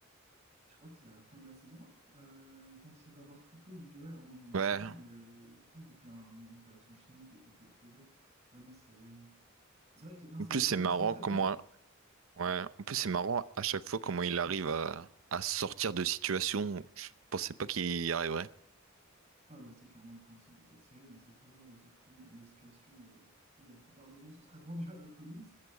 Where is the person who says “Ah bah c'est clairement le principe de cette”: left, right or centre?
Right